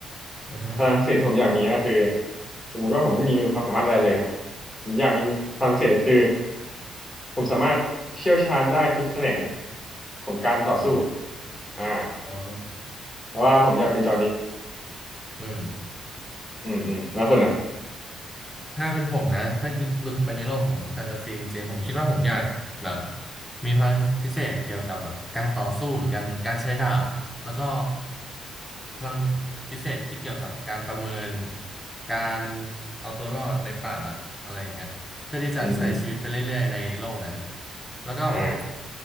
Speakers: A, in the centre; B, on the left.
A: อือฮึ
B: พลังพิเศษที่ผมอยากมีก็คือสมมุติว่าผมไม่มีความสามารถอะไรเลยนะผมอยากมีพลังพิเศษก็คือผมสามารถเชี่ยวชาญได้ทุกแขนงของการต่อสู้
A: อืม
B: อ่า
A: อ๋อ
B: เพราะว่าผมอยากเป็นจอห์นวิก
A: อืม
B: อืมอืมแล้วคุณอ่ะ
A: ถ้าเป็นผมนะถ้าหลุดไปในโลกของแฟนตาซีจริงๆผมคิดว่าผมอยากแบบมีพลังพิเศษเกี่ยวกับแบบการต่อสู้เหมือนกันการใช้ดาบแล้วก็พลังพิเศษที่เกี่ยวกับการประเมินการเอาตัวรอดในป่าอะไรอย่างเงี้ยเพื่อที่จะใช้ชีวิตไปเรื่อยๆในโลกนั้น
B: อืมอืม
A: แล้วก็แบบ
B: อ่า